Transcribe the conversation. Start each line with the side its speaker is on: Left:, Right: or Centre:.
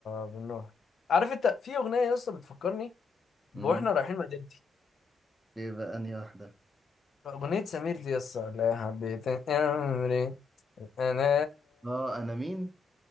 Left: بنروح عارف انت في اغنيه يا اسطى بتفكرني
Centre: امم
Left: واحنا رايحين مدينتي
Centre: ايه بقى انهي واحده
Left: اغنيه سمير دي يا اسطى لا حبيت امري انا
Centre: اه انا مين